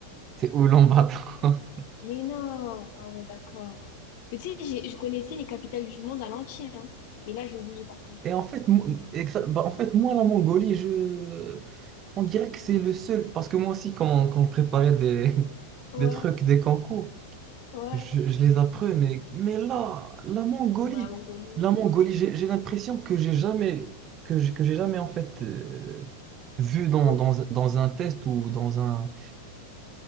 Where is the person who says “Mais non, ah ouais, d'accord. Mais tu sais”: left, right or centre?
Left